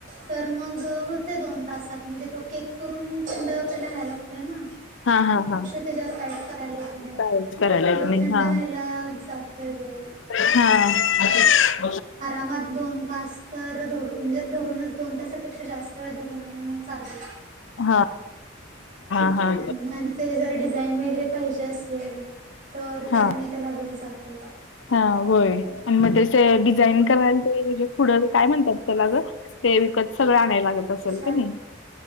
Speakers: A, on the right; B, on the left.
A: तर मग होते दोन तासात म्हणजे तो केक करून थंड त्याला वहयला लागतेना..
B: हा, हा, हा.
A: त्याच्यावर काहीच करायला होत नाही
B: कायच करायला
A: मग
B: येत
A: ते
B: नाही
A: थंड
B: हा
A: व्हायला
B: हा.
A: जाते वेळ.
B: हा..
A: आरामात दोन तास तर धरुन म्हणजे धरूनच दोन तासापेक्षा जास्त वेळ धरून चालेल.
B: हा... हा
A: मुलांचे जर डिझाईन वगैरे पाहिजे असेल. तर
B: हा
A: त्यानी त्याला वेळ जातोय.
B: हा होय आणि मग तसे डिझाईन करायला ते पुढं काय म्हणतात त्याला ग ते विकत सगळं आणायला लागत असेल
A: कशाल
B: का नाही.